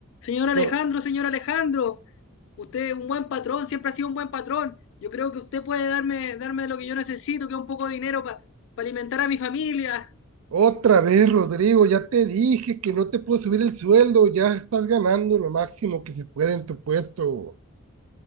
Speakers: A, on the left; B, on the right.
A: Señor Alejandro,
B: Ro-
A: señor Alejandro, usted es un buen patrón, siempre ha sido un buen patrón. Yo creo que usted puede darme, darme lo que yo necesito, que es un poco de dinero para alimentar a mi familia.
B: Otra vez, Rodrigo, ya te dije que no te puedo subir el sueldo, ya estás ganando lo máximo que se puede en tu puesto.